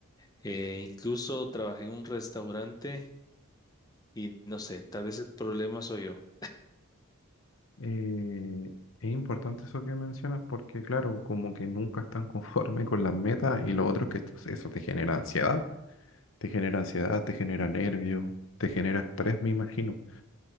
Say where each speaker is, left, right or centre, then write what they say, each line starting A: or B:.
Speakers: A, on the left (about 15°); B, on the left (about 70°).
A: eh, incluso trabajé en un restaurante y no sé, tal vez el problema soy yo.
B: Eh, es importante eso que mencionas porque, claro, como que nunca están <laughs> conforme con las metas y lo otro es que eso te genera ansiedad. Te genera ansiedad, te genera nervio, te genera estrés, me imagino.